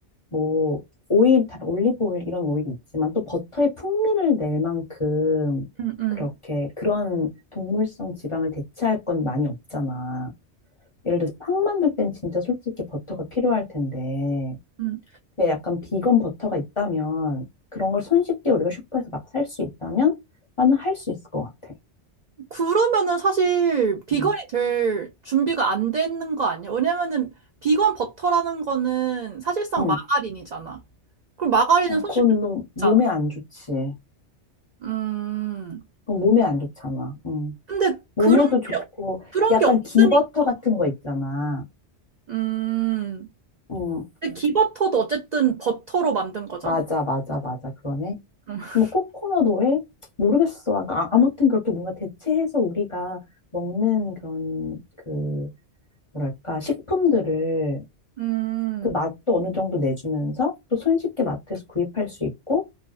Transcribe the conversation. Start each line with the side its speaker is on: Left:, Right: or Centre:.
Left: 뭐 오일, 다 올리브 오일 이런 오일이 있지만 또 버터의 풍미를 낼 만큼
Right: 음, 음.
Left: 그렇게 그런 동물성 지방을 대체할 건 많이 없잖아. 예를 들어서 팡 만들 땐 진짜 솔직히 버터가 필요할 텐데
Right: 음.
Left: 근데 약간 비건 버터가 있다면 그런 걸 손쉽게 우리가 슈퍼에서 막 살 수 있다면 나는 할 수 있을 것 같아.
Right: 그러면은 사실 비건이
Left: 응.
Right: 될 준비가 안 되는 거 아니야? 왜냐면은 비건 버터라는 거는 사실상
Left: 응.
Right: 마가린이잖아. 그럼 마가린은
Left: 어,
Right: 손실게
Left: 그건 너무 몸에
Right: 잖아
Left: 안 좋지.
Right: 음.
Left: 그건 몸에 안 좋잖아. 응.
Right: 근데
Left: 몸에도
Right: 그런
Left: 좋고
Right: 게 그런
Left: 약간
Right: 게 없으니까.
Left: 기버터 같은 거 있잖아.
Right: 음.
Left: 응.
Right: 근데 기버터도 어쨌든 버터로 만든 거잖아.
Left: 맞아, 맞아, 맞아. 그러네.
Right: <laughs>
Left: 뭐 코코넛 오일? 모르겠어. 그러니까 아- 아무튼 그렇게 뭔가 대체해서 우리가 먹는 그런 그 뭐랄까 식품들을
Right: 음.
Left: 그 맛도 어느 정도 내주면서 또 손쉽게 마트에서 구입할 수 있고